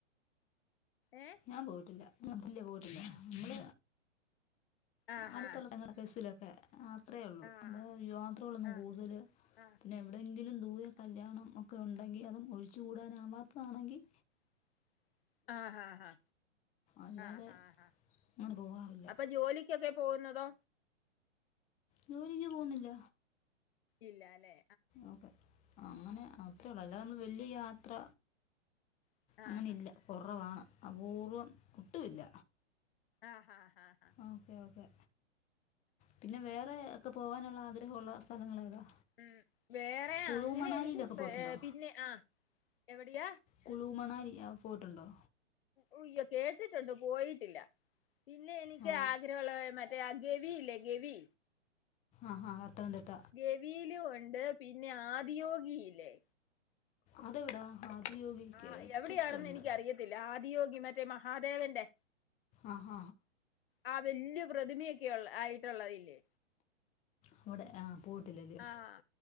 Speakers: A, on the left; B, on the left.
A: ഏഹ്
B: ഞാൻ പോയിട്ടില്ല പോയിട്ടില്ല പോയിട്ടില്ല നമ്മള്
A: ആഹാ
B: അടുത്തുള്ള <unintelligible> സ് ല് ക്കെ അത്രയേ ഉള്ളൂ
A: ആഹ്
B: അല്ല യാത്രകളൊന്നും
A: ആഹ്
B: കൂടുതൽ
A: ആഹ്
B: പിന്നെ എവിടെയെങ്കിലും ദൂരെ കല്യാണം ഒക്കെ ഉണ്ടെങ്കിൽ അതും ഒഴിച്ചുകൂടാനാവാത്തതാണെങ്കിൽ
A: <inaudible> ആഹ് ഹാ ഹാ
B: അല്ലാതെ
A: ആഹ് ഹാ
B: അങ്ങനെ പോകാറില്ല
A: അപ്പ ജോലിക്ക് ക്കൊക്കെ പോകുന്നതോ
B: ജോലിക്ക് പോകുന്നില്ല
A: ഇല്ലാല്ലെ
B: ഓക്കെ അങ്ങനെ അത്രേ ഉള്ളൂ അല്ലാതെ നമ്മള് വലിയ യാത്ര
A: ആഹ് ആഹ്
B: അങ്ങനില്ല കുറവാണ് അപൂർവ്വം ഒട്ടുമില്ല
A: ആഹ് ഹാ ഹാ ആഹ്
B: ഓക്കേ ഓക്കെ പിന്നെ വേറെ ഒക്കെ പോവാനുള്ള ആഗ്രഹമുള്ള സ്ഥലങ്ങൾ ഏതാ
A: ഉം വേറെ
B: കുളു
A: അങ്ങനെ
B: മണാലിയിലൊക്കെ
A: എനിക്ക്
B: പോയിട്ടുണ്ടോ
A: പിന്നെ ആഹ് എവിടെയാ
B: കുളൂ മണാലി പോയിട്ടുണ്ടോ
A: അയ്യോ കേട്ടിട്ടുണ്ട് പോയിട്ടില്ല പിന്നെ എനിക്ക്
B: ആ
A: ആഗ്രഹമുള്ള മറ്റ ഗെവി ഇലേ ഗെവി
B: ആഹാ പത്തനംതിട്ട
A: ഗവിലു ഉണ്ട് പിന്നെ ആദിയോഗില്ലേ
B: അതെവിടെ ആതിയോഗി
A: ആ
B: കേട്ടിട്ടുണ്ട്
A: എവിടെയാണെന്ന് എനിക്കറിയത്തില്ല ആദിയോഗി മറ്റേ മഹാദേവന്റെ
B: ആഹ്
A: ആഹ് വല്യ പ്രതിമയൊക്കെയുള്ള ആയിട്ടുള്ളതില്ലേ
B: അവിടെ ആഹ് പോയിട്ടിലല്ലിയോ
A: ആഹ്